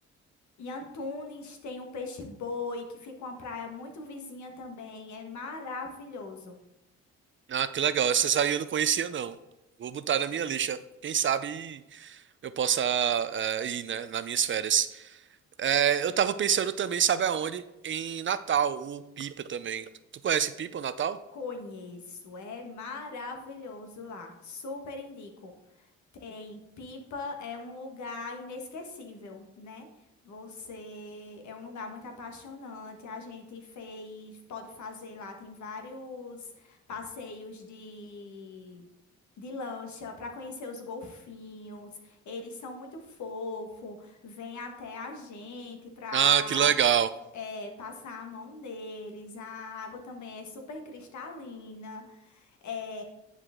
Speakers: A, on the left; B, on the right.
A: em Antunes tem o peixe-boi, que fica uma praia muito vizinha também, é maravilhoso.
B: Ah, que legal. Essas aí eu não conhecia, não. Vou botar na minha lista. Quem sabe eu possa eh, ir, né, nas minhas férias. Eh, eu tava pensando também, sabe aonde? Em Natal, o Pipa também. Tu conhece Pipa, o Natal?
A: Conheço, é maravilhoso lá, super indico. Em Pipa é um lugar inesquecível, né? Você é um lugar muito apaixonante. A gente fez, pode fazer lá, tem vários passeios de de lancha para conhecer os golfinhos. Eles são muito fofos, vêm até a gente para
B: Ah, que legal.
A: passar a mão deles. A água também é super cristalina. é